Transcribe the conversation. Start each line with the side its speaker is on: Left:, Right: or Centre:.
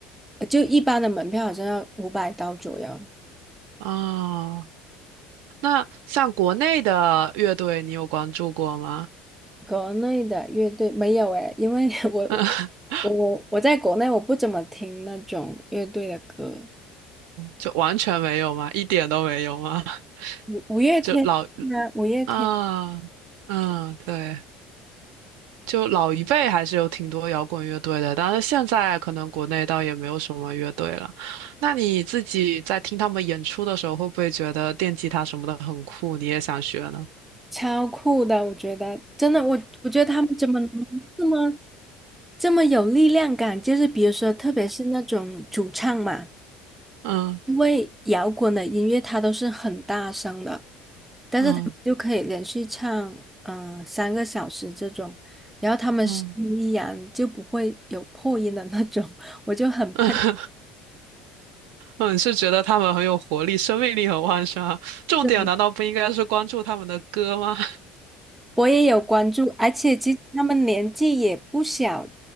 Centre: 呃就一般的门票好像要五百刀左右。
Right: 啊，那像国内的乐队，你有关注过吗？
Centre: 国内的乐队没有诶，因为 <laughs> 我
Right: 嗯，<laughs>
Centre: 我我我在国内我不怎么听那种乐队的歌，
Right: 就完全没有吗？一点都没有吗？<laughs>
Centre: 五五月天啊，
Right: 就老
Centre: 五月天
Right: 啊，嗯，对，就老一辈还是有挺多摇滚乐队的，但是现在可能国内倒也没有什么乐队了。那你自己在听他们演出的时候，会不会觉得电吉他什么的很酷，你也想学呢？
Centre: 超酷的，我觉得真的，我我觉得他们怎么能这么这么有力量感？就是比如说，特别是那种主唱嘛。
Right: 嗯
Centre: 因为摇滚的音乐它都是很大声的，但是他们就可以连续唱嗯、
Right: 嗯
Centre: 呃三个小时这种，然后他们声音依然就不会有破音的那种，
Right: 嗯
Centre: <laughs> 我就很佩服。
Right: <laughs> 嗯，是觉得他们很有活力，生命力很旺盛啊。重点难道不应该是关注他们的歌吗？
Centre: 对，
Right: <laughs>
Centre: 我也有关注，而且其实他们年纪也不小，